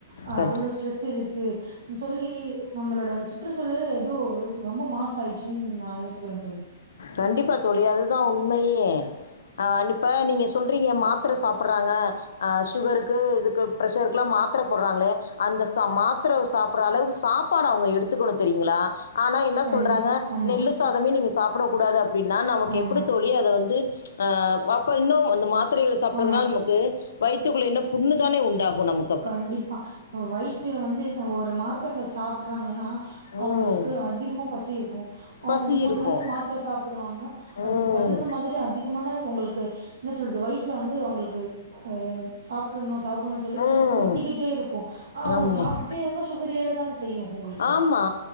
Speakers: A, on the right; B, on the left.
A: ஆ
B: கண்டி
A: அவ்ளோ ஸ்ட்ரெஸ்இருக்கு மு சொல்லி நம்மளோட சுற்றுசூழல் எதூ ரொம்ப மாசு ஆயிட்ச்சுன் நா யோசிக்கிறே தோழி
B: கண்டிப்பா தோழி அதுதா உண்மையே அ நிப்ப நீங்க சொல்றீங்க மாத்திர சாப்புட்றாங்க அ சுகருக்கு இதுக்கு பிரஷருக்குல்லா மாத்திர போடுறாங்ளே அந்த ச மாத்திர சாப்பிட்ற அளவுக்கு சாப் ப்பாட அவங்க எடுத்துக்குணு தெரியுங்களா ஆன என்ன
A: கண்டிப்பா
B: சொல்றாங்க
A: ஆமா
B: நெல்லு சாதமே நீங்க சாப்பிடக்கூடாது அப்டின்னா நம்மக்கு
A: ஆமா
B: எப்புடித்தோழி அதவந்து அ அப்ப இன்னும் அந்த மாத்திரைகளை சாப்பற்றதுனால
A: ஆமா
B: அம்மக்கு வயித்துக்குள்ள இன்னு புண்ணு தானே உண்டாகும நம்முக்
A: கண்டிப்பா வயிற்று வந்துல் ஒரு மார்த்தங்க சாப்புட்றாங்கன்னா அவங்குள்க்கு
B: ம்
A: அதிகமா பசி இர்க்கு அவுங்
B: பசி
A: மூண்
B: இருக்கும்
A: வேல மாத்திர சாப்புடுவாங்க அதுக்கு
B: ம்
A: தகுந்த மாதிரி அதிகமானது உங்குள்க்கு என்ன சொல்து வயித்துல வந்து அவுங்குள்க்கு அ சாப்ட்றணு சாப்புன்ணுன் சொல்லி
B: ம்
A: குத்திக்கிட்டே இருக்கூ அவங்க
B: ஆமாம்
A: சாப்ட்டுட்டே இருந்தா சுகரு ஏறதான செய்யு உங்குளுக்கு
B: ஆமா